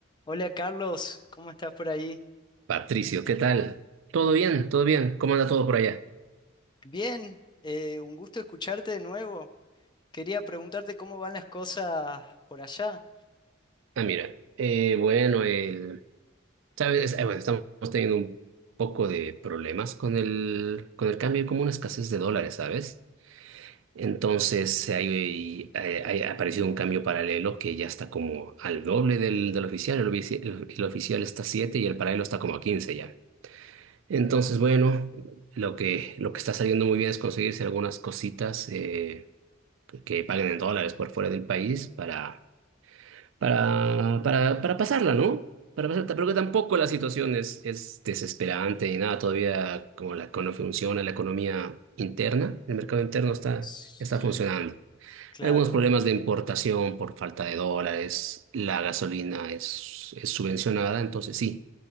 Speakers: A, on the left (about 20°); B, on the right (about 70°).
A: Hola Carlos, ¿cómo estás por ahí?
B: Patricio, ¿qué tal? ¿Todo bien? ¿Todo bien? ¿Cómo anda todo por allá?
A: Bien, eh, un gusto escucharte de nuevo. Quería preguntarte cómo van las cosas por allá.
B: Ah, mira, eh, bueno, el, ¿sabes? Eh, bueno, estamos teniendo un poco de problemas con el, con el cambio, hay como una escasez de dólares, ¿sabes? Entonces, hay, eh, hay- ha aparecido un cambio paralelo que ya está como al doble del, del oficial. El, ofici- el- el oficial está a 7 y el paralelo está como a 15 ya. Entonces, bueno, lo que, lo que está saliendo muy bien es conseguirse algunas cositas eh, que paguen en dólares por fuera del país para para, para, para pasarla, ¿no? Para pasarla, pero que tampoco la situación es, es desesperante ni nada, todavía como la economía funciona, la economía interna, el mercado interno está,
A: Sí,
B: está funcionando.
A: claro.
B: Algunos problemas de importación por falta de dólares, la gasolina es, es subvencionada, entonces sí,